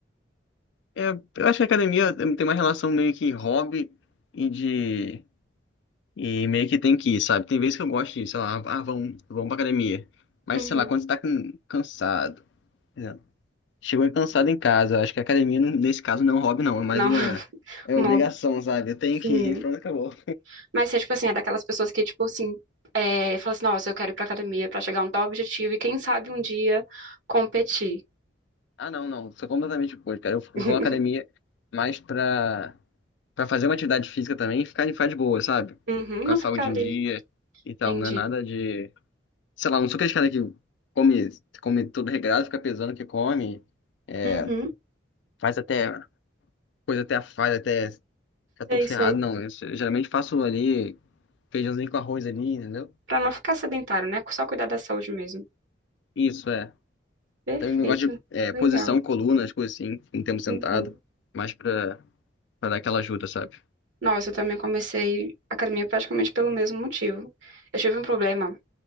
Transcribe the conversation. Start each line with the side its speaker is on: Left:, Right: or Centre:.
Left: É, eu acho que a academia tem uma relação meio que hobby e de E meio que tem que ir, sabe? Tem vezes que eu gosto de, sei lá, ah, vamos, vamos pra academia. Mas,
Right: Uhum.
Left: sei lá, quando você tá com- cansado, né? chegou cansado em casa, acho que a academia, não- nesse caso, não é um hobby, não, é mais
Right: Não,
Left: uma
Right: <laughs>
Left: é
Right: um
Left: obrigação,
Right: hobby.
Left: sabe? Eu tenho
Right: Sim.
Left: que ir, <laughs> pronto, acabou.
Right: Mas você, tipo assim, é daquelas pessoas que, tipo assim, é, fala assim, nossa, eu quero ir pra academia pra chegar a um tal objetivo e quem sabe um dia competir.
Left: Ah, não, não, sou completamente oposto, cara. Eu
Right: <laughs>
Left: vou à academia mais pra, pra fazer uma atividade física também e ficar de, ficar de boa, sabe?
Right: Uhum,
Left: Com
Right: não
Left: a saúde
Right: ficar ali,
Left: em dia e tal,
Right: entendi.
Left: não é nada de. Sei lá, não sou aquele cara que come, come tudo regrado, fica pesando o que come, é,
Right: Uhum,
Left: faz até. coisa até a falha, até ficar tudo
Right: sei,
Left: ferrado,
Right: sei.
Left: não. Eu se- geralmente faço ali feijãozinho com arroz ali, entendeu?
Right: Pra não ficar sedentário, né? Só cuidar da saúde mesmo.
Left: Isso, é.
Right: Perfeito,
Left: Tem um negócio de é,
Right: legal.
Left: posição, coluna, as coisas assim, um tempo sentado,
Right: Uhum.
Left: mais pra, pra dar aquela ajuda, sabe?
Right: Nossa, eu também comecei academia praticamente pelo mesmo motivo. Eu tive um problema.